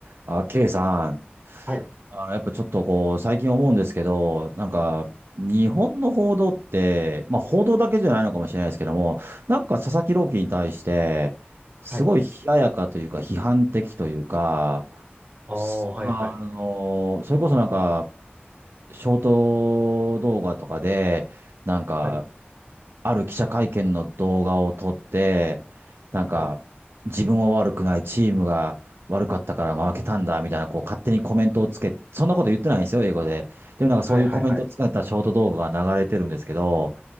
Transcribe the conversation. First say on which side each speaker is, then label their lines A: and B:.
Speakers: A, on the right (about 75°); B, on the right (about 40°).
A: あ、ケイさん、
B: はい、
A: あの、やっぱちょっとこう、最近思うんですけど、なんか、日本の報道って、まあ報道だけじゃないのかもしれないですけども、なんか佐々木朗希に対して、すごい冷ややかというか、
B: はい。
A: 批判的というか、
B: ああ、
A: すあの、
B: はい、はい、
A: それこそなんか、ショート動画とかで、なんか、
B: はい、
A: ある記者会見の動画を撮って、なんか、
B: はい、
A: 自分は悪くない、チームが悪かったから負けたんだ、みたいな、こう、勝手にコメントをつけ、そんなこと言ってないんですよ、英語で。でもなんかそういうコメントをつけたショート動画が流れてるんですけど、
B: はい、はい、はい。